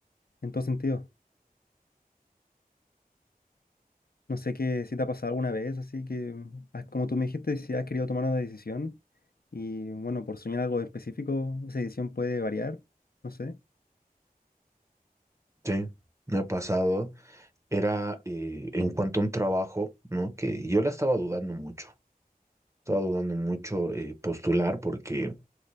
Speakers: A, on the left (about 75°); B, on the right (about 20°).
A: en todo sentido. No sé qué si te ha pasado alguna vez, así que ah, como tú me dijiste, si has querido tomar una decisión y bueno, por soñar algo específico, esa decisión puede variar, no sé,
B: Sí, me ha pasado. Era eh, en cuanto a un trabajo, ¿no? Que yo la estaba dudando mucho. Estaba dudando mucho eh, postular porque,